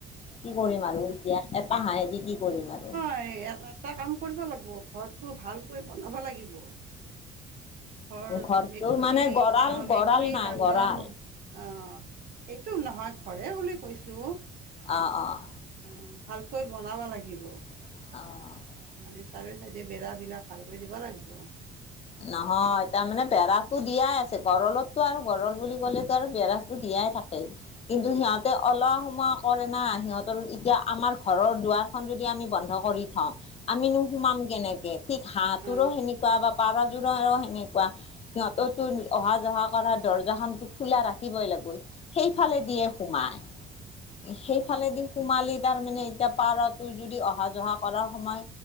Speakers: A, on the left; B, on the right.
A: কি কৰিম আমি এতিয়া? এটা হাহেহি কি কৰিম আৰু?
B: হয়। এটা কাম কৰিব লাগিব, ঘৰটো ভালকৈ বনাব লাগিব। ঘৰ,
A: ঘৰটো
B: মেকুৰী,
A: মানে গঁৰাল
B: অ',
A: গঁৰাল
B: মেকুৰী
A: না
B: বান্ধনো
A: গঁৰাল
B: অ, এইটো নহয়, ঘৰেই বুলি কৈছোঁ।
A: অ', অ'।
B: অ, ভালকৈ বনাব লাগিব।
A: অ'।
B: মানে চাইডৰ চাইডে বেৰা বিলাক ভালকৈ দিব লাগিব।
A: নহয়, তাৰমানে বেৰাটো দিয়াই আছে, গৰালতটো আৰু গৰল বুলি ক'লেতো আৰু বেৰা দিয়াই থাকে, কিন্তু
B: অ
A: সিহঁতে অলপ সময় কৰে না সিহঁতৰ, এতিয়া আমাৰ ঘৰৰ দুৱাৰখন যদি আমি বন্ধ কৰি থওঁ আমি সোমাম কেনেকে, ঠিক হাঁহো
B: অ অ
A: সেনেকুৱা বা পাৰযোৰো সেনেকুৱা। সিহঁতৰতো অহা যহা কৰা দৰ্জা খনটো খোলা ৰাখিবই লাগবই। সেইফালে দিয়ে সোমাই, সেইফালেদি সোমালি তাৰ মানে এতিয়া পাৰতো যদি অহা যহা কৰাৰ সময়,